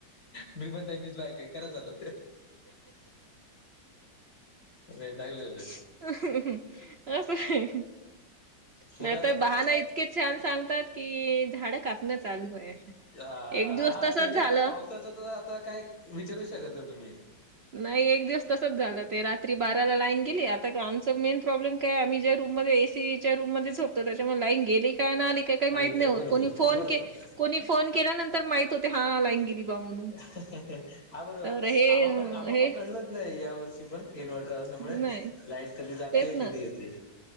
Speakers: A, on the left (about 50°); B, on the right (about 60°).
A: मी पण त्यांचीच बायको आहे करा चालू. नाही चांगलं आहे ना.
B: अस हाय
A: पोर
B: नाहीतर
A: आता काय
B: बहाणा इत के छान सांगतात की झाडं कापणं चालू आहे.
A: अ
B: एक दिवस
A: हा
B: तसच
A: ते
B: झालं.
A: तर पावसाच तर आता काय विचारू शकत नाही तुम्ही.
B: नाही एक दिवस तसच झालं ते रात्री बाराला लाईन गेली आता आमचा मेन प्रॉब्लेम काय आम्ही ज्या रूममध्ये ए सीच्या रूममध्ये झोपतो, त्याच्यामुळे लाईन गेली काय नाही आली का काय
A: आले
B: माहित नाही
A: बरोबर
B: होत कोणी फोन
A: बरोबर
B: केल्या कोणी फोन केल्यानंतर माहीत होते हा लाईन गेली. बा म्हणून
A: <unintelligible> आमप
B: तर हे
A: आमप
B: हे
A: कळलं नाही या वर्षी पण इन्व्हर्टर असल्यामुळे
B: नाही
A: लाईट कधी जाते
B: तेच ना
A: कधी येते.